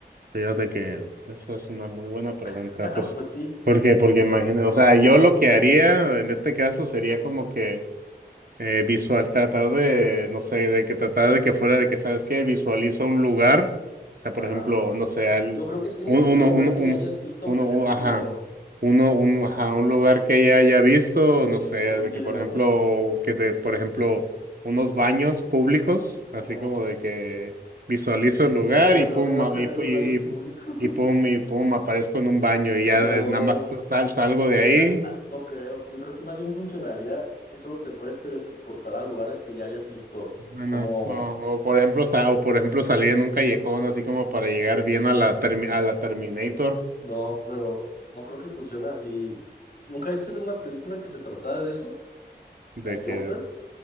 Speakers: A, on the right; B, on the left.
A: fíjate que eso es una muy buena pregunta,
B: <laughs>
A: pues,
B: Pues sí.
A: ¿por qué? Porque imagina, o sea, yo lo que haría en este caso sería como que eh, visual, tratar de, no sé, de que tratar de que fuera de que, ¿sabes qué? Visualiza un lugar, o sea, por
B: Ajá.
A: ejemplo, no sé, al,
B: Yo creo que tiene
A: un-
B: que
A: uno,
B: ser un lugar
A: uno,
B: que
A: uno,
B: ya hayas visto,
A: uno,
B: aunque sea
A: u-
B: en un
A: ajá,
B: video,
A: uno, uno, ajá, un lugar que ella haya visto, no sé,
B: con un
A: de
B: video,
A: que, por ejemplo,
B: ¿no?
A: que de, por ejemplo, unos baños públicos,
B: Ujú.
A: así como de que visualizo el lugar
B: Pero
A: y
B: ¿de
A: pum,
B: dónde vas
A: a-
B: a ver
A: y, pu-
B: los
A: y,
B: baños públicos?
A: y-
B: <laughs>
A: y pum, y pum, aparezco en un baño y ya
B: No,
A: de- nada más sal, salgo de ahí.
B: Ah, ah, no creo. Yo creo que más bien funcionaría que solo te puedes teletransportar a lugares que ya hayas visto,
A: Bueno,
B: como
A: o, o por ejemplo, sa- o por ejemplo salir en un callejón así como para llegar bien
B: <laughs>
A: a la termi- a la Terminator,
B: No, pero no creo que funcione así. ¿Nunca viste una película que se trataba de eso?
A: de
B: La de
A: que
B: Jumper.